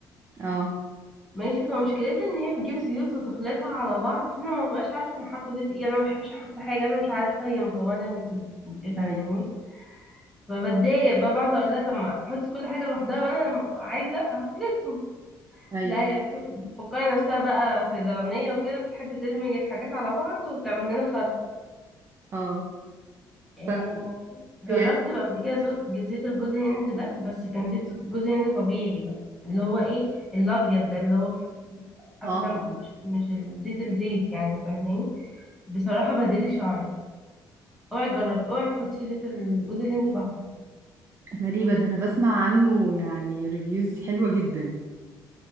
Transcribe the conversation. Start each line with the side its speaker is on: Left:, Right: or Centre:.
Right: اه
Centre: ماشي فمشكلتها ان هي بتجيب زيوت وتخلطها على بعض فانا ما بقاش عارفه انا حاطه زيت ايه يعني انا ما بحبش احط حاجه انا مش عارفه هي مكونه من ايه انت
Right: ايوه
Centre: فاهماني فبتضايق بقى بعد اقول لها طب ما حطي كل حاجه لوحدها وانا لما ابقى عايزه هخلطهم
Right: ايوه
Centre: لا هي بتفكر نفسها بقى صيدلانيه وكده بتحب تدمج الحاجات على بعض وتعمل لنا خلط
Right: اه
Centre: آه،
Right: ف
Centre: جربت
Right: يعني
Centre: بقى قبل كده زو- زيت الجوز هند ده بس كان زيت جوز هند طبيعي بقى اللي هو ايه الابيض ده اللي هو في- قبل
Right: اه
Centre: م- مش مش الزيت الزيت يعني فاهماني بصراحة بهدل لي شعري اوعي تجربي اوعي تحطي زيت الجوز الهند لوحده
Right: غريبة ده أنا بسمع عنه يعني ريفيوز حلوة جدا